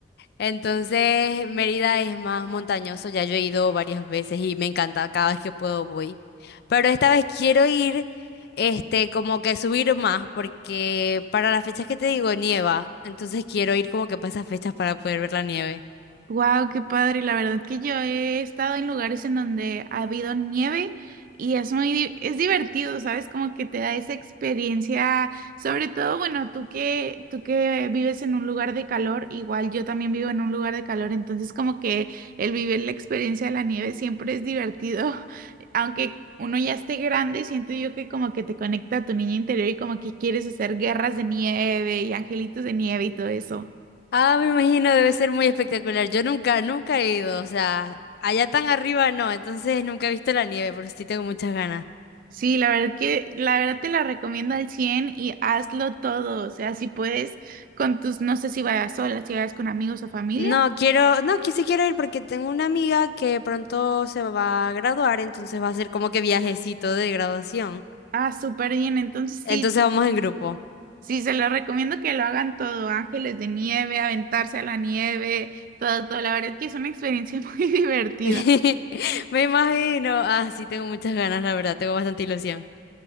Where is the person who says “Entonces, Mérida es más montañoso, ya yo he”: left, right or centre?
Left